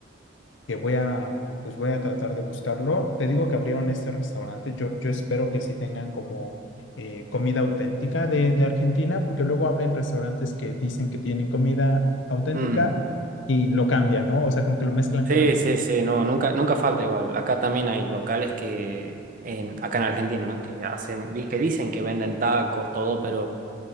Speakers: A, on the left (about 75°); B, on the right (about 45°).
A: que voy a, pues voy a tratar de buscarlo. Te digo que abrieron este restaurante. Yo, yo espero que sí tengan como eh, comida auténtica de, de Argentina, porque luego abren restaurantes que dicen que tienen comida auténtica
B: Mm.
A: y lo cambian, ¿no? O sea, como que lo mezclan
B: Sí,
A: con la México.
B: sí, sí, no, nunca, nunca falta igual. Acá también hay locales que, en, acá en Argentina, ¿no? Que hacen, di- que dicen que venden tacos, todo, pero